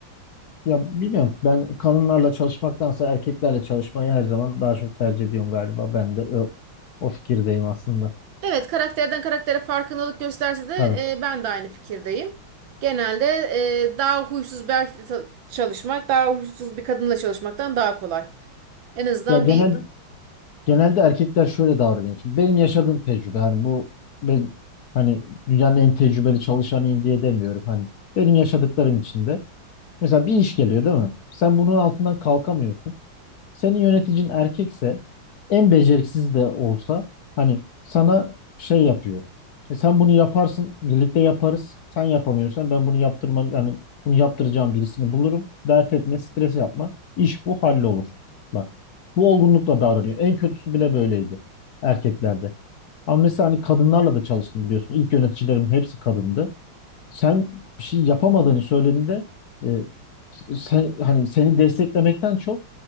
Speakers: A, on the left; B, on the right.
A: Ya bilmiyorum. Ben kadınlarla çalışmaktansa erkeklerle çalışmayı her zaman daha çok tercih ediyorum galiba. Ben de o, o fikirdeyim aslında.
B: Evet, karakterden karaktere farkındalık gösterse de
A: Tabii.
B: e, ben de aynı fikirdeyim. Genelde e, daha huysuz bir erkekle ta- çalışmak, daha huysuz bir kadınla çalışmaktan daha kolay. En azından
A: Ya genel
B: bir
A: genelde erkekler şöyle davranıyor. Şimdi benim yaşadığım tecrübe hani bu ben hani dünyanın en tecrübeli çalışanıyım diye demiyorum. Hani benim yaşadıklarım içinde. Mesela bir iş geliyor değil mi? Sen bunun altından kalkamıyorsun. Senin yöneticin erkekse en beceriksiz de olsa hani sana şey yapıyor. E sen bunu yaparsın, birlikte yaparız. Sen yapamıyorsan ben bunu yaptırma yani bunu yaptıracağım birisini bulurum. Dert etme, stres yapma. İş bu hallolur. Bak. Bu olgunlukla davranıyor. En kötüsü bile böyleydi erkeklerde. Ama mesela hani kadınlarla da çalıştım biliyorsun. İlk yöneticilerim hepsi kadındı sen bir şey yapamadığını söylediğinde e, sen, hani seni desteklemekten çok